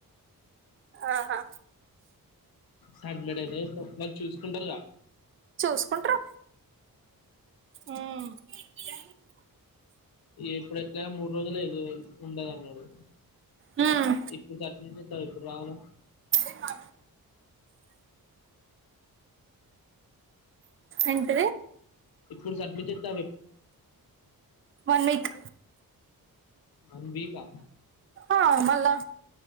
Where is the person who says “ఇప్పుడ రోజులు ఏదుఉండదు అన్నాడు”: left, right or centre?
Left